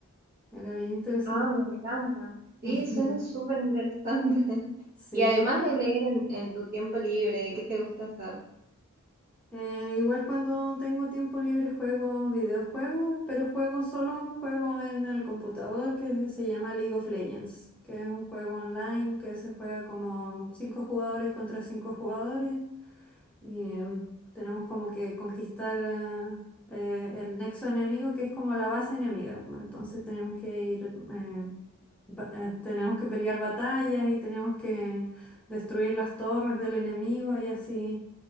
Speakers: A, in the centre; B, on the right.
A: Era bien interesante.
B: Ah, me encanta. Sí,
A: <laughs>
B: suena súper interesante. <laughs>
A: Sí.
B: Y además de leer en, en tu tiempo libre, ¿qué te gusta hacer?
A: Eh, igual cuando tengo tiempo libre juego videojuegos, pero juego solo un juego en el computador que se llama League of Legends, que es un juego online que se juega como cinco jugadores contra cinco jugadores y em, tenemos como que conquistar eh, eh, el nexo enemigo que es como la base enemiga. pues, Entonces tenemos que ir, eh, ba- eh, tenemos que pelear batallas y tenemos que destruir las torres del enemigo y así.